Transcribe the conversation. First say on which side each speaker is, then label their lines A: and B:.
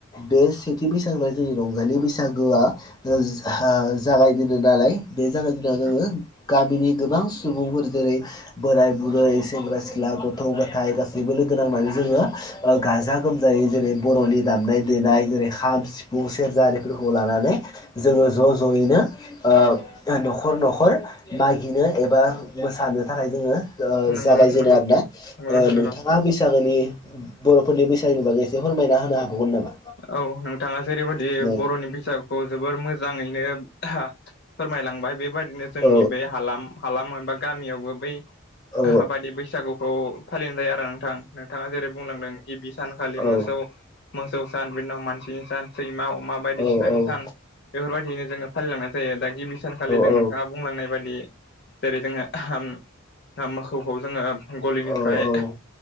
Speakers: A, on the left; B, on the left.
A: बे सेथि बैसागोबा जोंनि रंजालि बैसागोआ ओज हा जागायजेनो नालाय बे जागाय जेननायाव
B: नोंथां
A: जोङो गामिनि गोबां सुबुंफोर जेरै बोराय बुरै सेंग्रा सिख्ला गथ' गथाय गासैबो लोगो नांनानै जोङो ओ गाजा गोमजायै जेरै बर'नि दामनाय देनाय जेरै खाम सिफुं सेरजा आरिफोरखौ लानानै जोङो ज' ज'यैनो ओ न'खर न'खर मागिनो एबा मोसानो थाखाय जोङो ओ
B: नंगौ
A: जागायजेनो
B: नोंथां नंगौ
A: आरोना
B: नंगौ
A: ओ
B: नोंथां नंगौ
A: नोंथाङा बैसागोनि बर'फोरनि बैसागुनि बागै एसे फोरमायना होनो हाबावगोन नामा?
B: औ नोंथाङा जेरैबायदि
A: औ
B: बर'नि बिजाबखौ जोबोर मोजाङैनो फोरमायलांबाय बेबादिनो जोंनि
A: औ
B: बे हालाम हालाम एबा गामियावबो बै
A: औ
B: बायदि बैसागुखौ फालिनाय जायो आरो नोंथां नोंथाङा जेरै बुंलांदों गिबि सानखालि
A: औ
B: मोसौ सौ सान बिनि उनाव मानसिनि सान सैमा अमा बायदिसिनानि
A: औ
B: सान
A: औ
B: बेफोरबायदिनो जोङो फालिलांनाय जायो दा गिबि सानखालिजों
A: औ
B: नोंथाङा बुंलांनाय बादि जेरै जोङो मोखौखौ जोङो गलिनिफ्राय
A: औ औ औ